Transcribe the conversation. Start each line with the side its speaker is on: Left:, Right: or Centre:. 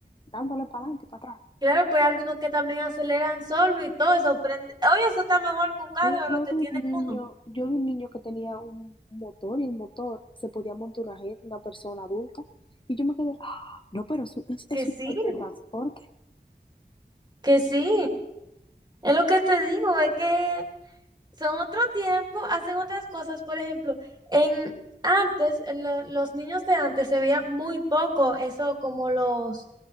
Left: dándole para adelante y para atrás.
Right: Claro, pues hay algunos que también aceleran solo y todo eso. Prende... Oye, eso está mejor que un carro
Left: Mira,
Right: de
Left: yo
Right: lo que
Left: vi
Right: tiene
Left: un niño,
Right: uno.
Left: yo vi un niño que tenía un motor y el motor se podía montar una, gen- una persona adulta y yo me quedé, "Ah, no, pero eso es, es
Right: Que sí,
Left: un medio de transporte.
Right: que sí. Es lo que te digo, es que son otro tiempo, hacen otras cosas. Por ejemplo, en antes, en lo- los niños de antes se veía muy poco eso como los